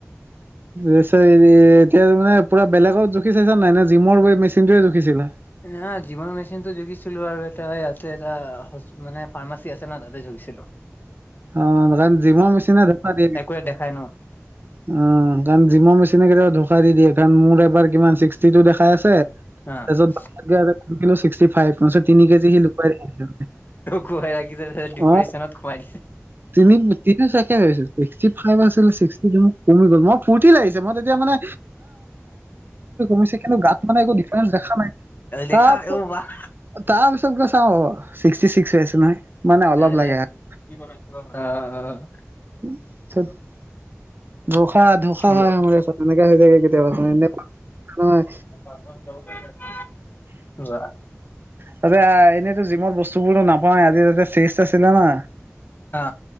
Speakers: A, on the right; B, on the left.
A: ৰেচাই এৰি এতিয়া মানে বেলেগত জুখি চাইছ নে নাই জিমৰ ৱাইট মেচিনটোৱে জুখিছিলে?
B: না জিমৰ মেচিন টো জুখিছিলো আৰু এ ইয়াতে এটা মানে ফাৰ্মাচী আছে ন তাতে জুখি হৈছে ন।
A: অ' কাৰণ জিমৰ মেচিনে ধোখা দিয়ে কেতিয়াবা।
B: একোৱে দেখাই ন
A: অ'কাৰণ জিমৰ মেচিনে কেতিয়াবা ধোখা দি দিয়ে। মোৰ এবাৰ কিমান ছিক্সটি টু দেখাই আছে
B: অ
A: <unintelligible> ছিক্সটিফাইভ মই তিনি কেজি সি লুকুৱাই ৰাখিছে
B: খুৱাই ৰাখিছে ডিপ্ৰেশচনত
A: অ'।
B: খুৱাই দিছে
A: তিনি-তিনি তাকে ভাবিছোঁ ছিক্সটি ফাইভ আ চিলোঁ <unintelligible> মোৰ ফূৰ্তি লাগিছে মই তেতিয়া মানে নিছে কিন্তু তাত মানে একো ডিফাৰেন্ঞ্চ দেখা নাই
B: দেখা
A: তাৰ পিছত
B: অ বাহ
A: তাৰ পিছত চব গৈ চাও ছিক্সটি চিক্স হৈ আছে নহয় মানে অলপ
B: নাই নাই
A: লাগে আৰু।
B: কি বনাইছে অ', উ অ'।
A: <unintelligible> ধোষা ধোষা
B: কি
A: হয় এনেকে হৈ যায়ে কেতিয়াবা এনে
B: ৱাহ।
A: নহয় তাতে এনেইতো জিমত বস্তু বোৰো নাপায় আজি চাস্ত আছিলে না
B: অ